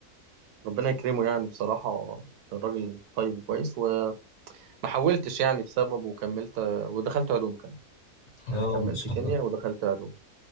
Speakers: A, on the right; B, on the left.
A: ربنا يكرمه يعني بصراحة كان راجل طيب وكويس وما حولتش يعني بسببه وكملت ودخلت علوم كمان
B: اه
A: يعني كملت
B: ما شاء
A: كيمياء
B: الله
A: ودخلت علوم